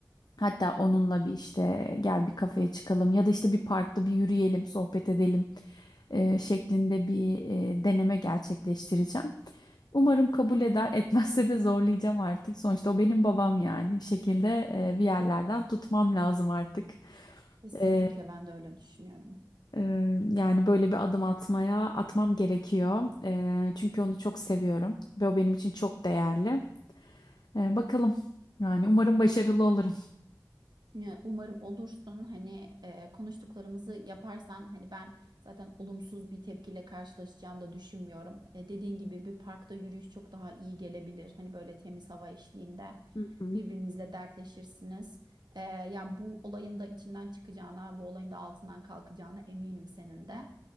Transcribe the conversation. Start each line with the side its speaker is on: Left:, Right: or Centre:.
Left: Hatta onunla bir işte gel bir kafeye çıkalım ya da işte bir parkta bir yürüyelim, sohbet edelim e, şeklinde bir e, deneme gerçekleştireceğim. Umarım kabul eder, <laughs> etmezse de zorlayacağım artık. Sonuçta o benim babam yani bir şekilde e, bir yerlerden tutmam lazım artık.
Right: Kesinlikle
Left: E,
Right: ben de öyle düşünüyorum.
Left: e, yani böyle bir adım atmaya atmam gerekiyor. E, çünkü onu çok seviyorum ve o benim için çok değerli. E, bakalım yani umarım başarılı olurum.
Right: Ya, Umarım olursun hani e, konuştuklarımızı yaparsan hani ben zaten olumsuz bir tepkiyle karşılaşacağını da düşünmüyorum. E, dediğin gibi bir parkta yürüyüş çok daha iyi gelebilir. Hani böyle temiz hava eşliğinde
Left: Hı hı.
Right: birbirinizle dertleşirsiniz. E, yani bu olayın da içinden çıkacağına, bu olayın da altından kalkacağına eminim senin de.